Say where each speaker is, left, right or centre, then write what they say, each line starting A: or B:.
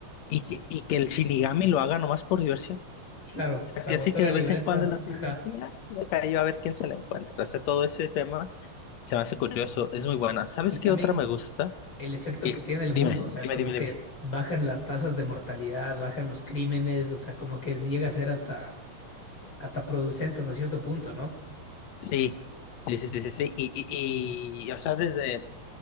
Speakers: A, on the left; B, on the left.
A: y que, y que el Shinigami lo haga nomás por diversión.
B: Claro,
A: O sea,
B: sabotó
A: que así que
B: la
A: de
B: libreta.
A: vez en cuando la tele
B: Ajá.
A: así, ah, se me cayó a ver quién se la encuentra. O sea, todo ese tema se me hace curioso, es muy buena. ¿Sabes
B: Y también
A: qué otra me gusta?
B: el efecto
A: Que,
B: que tiene el
A: dime,
B: mundo. O sea,
A: dime,
B: como
A: dime, dime.
B: que bajan las tasas de mortalidad, bajan los crímenes. O sea, como que llega a ser hasta, hasta producente hasta cierto punto, ¿no?
A: Sí, sí, sí, sí, sí, sí. Y, y, y, o sea, desde